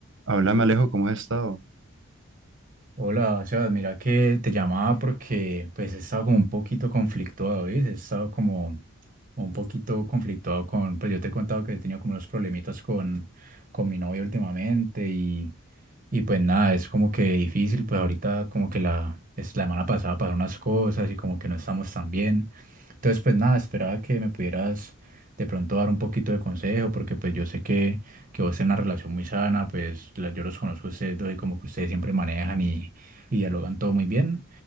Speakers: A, on the right (about 55°); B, on the right (about 40°).
A: Háblame, Alejo, ¿cómo has estado?
B: Hola, o sea, mira que te llamaba porque pues he estado como un poquito conflictuado, ¿ves? He estado como un poquito conflictuado con, pues yo te he contado que he tenido como unos problemitas con, con mi novia últimamente y, y pues nada, es como que difícil, pues ahorita como que la, es la semana pasada pasaron unas cosas y como que no estamos tan bien. Entonces pues nada, esperaba que me pudieras de pronto dar un poquito de consejo, porque pues yo sé que, que vos tenés una relación muy sana, pues la- yo los conozco a ustedes dos y como que ustedes siempre manejan y, y dialogan todo muy bien.